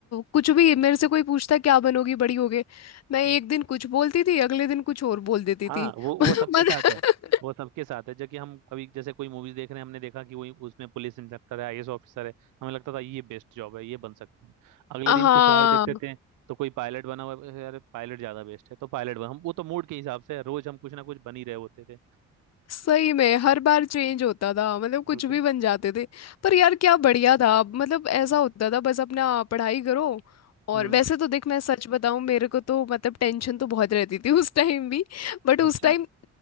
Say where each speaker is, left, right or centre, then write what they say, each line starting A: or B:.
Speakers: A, on the left; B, on the right.
A: कुछ भी मेरे से कोई पूछता क्या बनोगी बड़ी होगे मैं
B: हाँ
A: एक दिन कुछ बोलती थी अगले दिन कुछ और बोल देती
B: हाँ
A: थी
B: वो
A: <laughs> मतलब
B: वो सबके साथ है वो सबके साथ है जबकि हम कभी जैसे कोई मूवीज देख रहे हैं हमने देखा कि वही उसमें पुलिस इंस्पेक्टर है आईएएस ऑफिसर है हमें लगता था ये बेस्ट जॉब है ये बन सकते हैं अगले
A: हाँ
B: दिन कुछ और देखते थे तो कोई पायलट बना हुआ है, यार पायलट ज्यादा बेस्ट है तो पायलट बना हम वो तो मूड के हिसाब से है, रोज हम कुछ ना कुछ बन ही रहे होते थे
A: सही में हर बार चेंज होता था मतलब कुछ
B: बिल्कुल
A: भी बन जाते थे पर यार क्या बढ़िया था अब मतलब ऐसा होता था बस अपना पढ़ाई करो और
B: हम्म
A: वैसे तो देख मैं सच बताऊं मेरे को तो मतलब टेंशन तो बहुत रहती थी <laughs> उस टाइम भी बट
B: अच्छा
A: उस टाइम